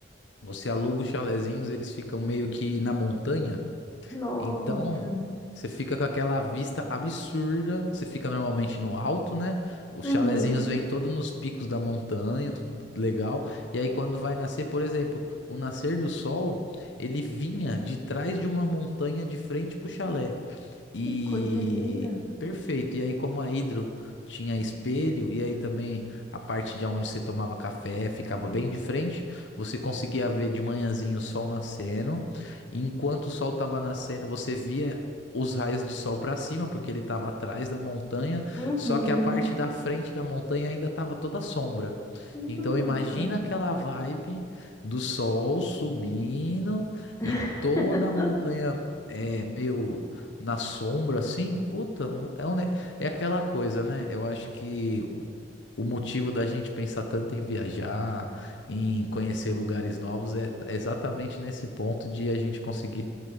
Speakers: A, on the left; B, on the left.
A: Você aluga os chalezinhos, eles ficam meio que na montanha.
B: Nossa.
A: Então, você fica com aquela vista absurda. Você fica normalmente no alto, né? Os
B: Uhum.
A: chalezinhos vêm todos nos picos da montanha, tudo legal. E aí, quando vai nascer, por exemplo, o nascer do sol, ele vinha de trás de uma montanha de frente pro chalé. E
B: Que coisa linda.
A: perfeito. E aí, como a Hidro tinha espelho, e aí também a parte de onde você tomava café ficava bem de frente, você conseguia ver de manhãzinho o sol nascendo. E enquanto o sol estava nascendo, você via os raios de sol para cima, porque ele estava atrás da montanha,
B: Uhum.
A: só que a parte da frente da montanha ainda estava toda sombra.
B: Nossa.
A: Então imagina aquela vibe do sol subindo
B: <laughs>
A: e toda a montanha é meio na sombra, assim, puta, um- é, um ne- é aquela coisa, né? Eu acho que o o motivo da gente pensar tanto em viajar, em conhecer lugares novos, é t- é exatamente nesse ponto de a gente conseguir